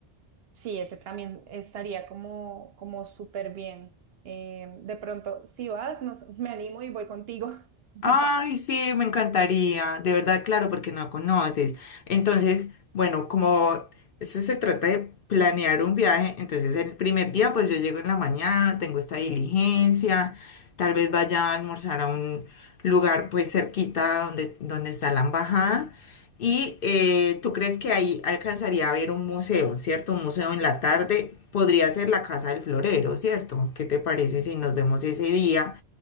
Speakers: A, on the right; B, on the left.
A: Sí, ese también estaría como, como súper bien. Em, de pronto, si vas, nos- me animo y voy contigo. <laughs>
B: Ay, sí, me encantaría, de verdad, claro, porque no conoces. Entonces, bueno, como eso se trata de planear un viaje, entonces el primer día, pues yo llego en la mañana, tengo esta diligencia, tal vez vaya a almorzar a un lugar pues cerquita donde, donde está la embajada. Y eh, tú crees que ahí alcanzaría a ver un museo, ¿cierto? Un museo en la tarde podría ser la Casa del Florero, ¿cierto? ¿Qué te parece si nos vemos ese día?